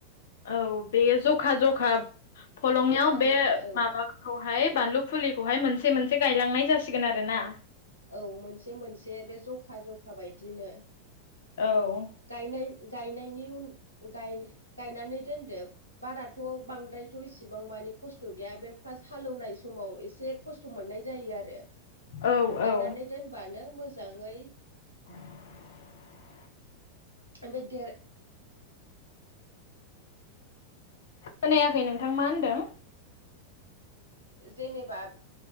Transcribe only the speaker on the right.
जखा
जखा औ
औ मोनसे मोनसे बे जखा जखा बायदिनो।
गायनायन गायनायनि उन गाय गायनानै दोनदो। बाराथ' बांद्रायथ' इसिबां माने खस्थ' गैया बे फार्स्ट हालेवनाय समाव एसे खस थ मोननाय जायो आरो
गायनानै दोनबानो मोजाङै
ओमफादेर
जेनेबा